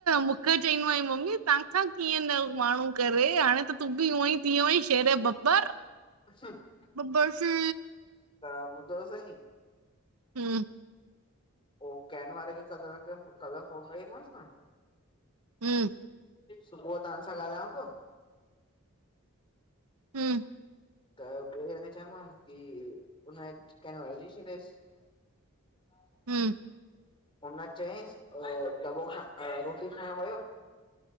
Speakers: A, on the right (about 85°); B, on the left (about 25°).
A: मूंखे चईंदो आईं मम्मी तव्हांखां कीअं न माण्हू करे, हाणे त तूं बि ऊएंई थी वियो आंई शेरे बब्बर,
B: अस <unintelligible>
A: बब्बर शे
B: त ॿुधो सईं,
A: हुं,
B: पो केन वारे खे कल्ह कयूम, कल्ह फोन उनेई मास न,
A: हूं
B: सुबुह तां सां ॻाल्हायां पियो,
A: हुं।
B: त भईया खे चयो मांस, की उन कैन वारे खे चइ छॾेस। <inaudible>
A: हुं,
B: हुन चयईसि ओ दॿो ख रोटी खाइण वयो,